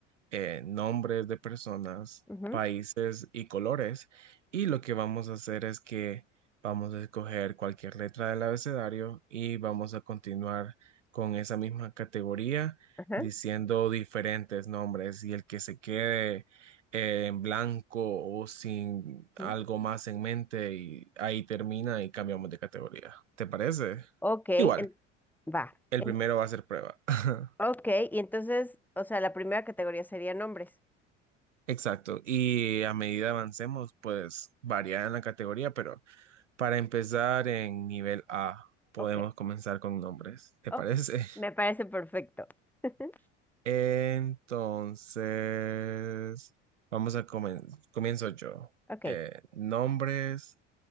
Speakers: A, on the right; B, in the centre.
A: eh, nombres de personas,
B: Ujú,
A: países y colores. Y lo que vamos a hacer es que vamos a escoger cualquier letra del abecedario y vamos a continuar con esa misma categoría
B: ajá,
A: diciendo diferentes nombres y el que se quede eh, en blanco o sin algo
B: ujú,
A: más en mente y ahí termina y cambiamos de categoría. ¿Te parece?
B: Ok,
A: Igual,
B: en- va.
A: el
B: en-
A: primero va a ser prueba. <laughs>
B: ok, y entonces, o sea, la primera categoría sería nombres.
A: Exacto, y a medida avancemos, pues varía en la categoría, pero para empezar en nivel A, podemos
B: Ok,
A: comenzar con nombres, ¿te
B: oh,
A: parece?
B: me parece perfecto. <laughs>
A: <laughs> Entonces, vamos a comenzar, comienzo yo.
B: Ok,
A: Eh, nombres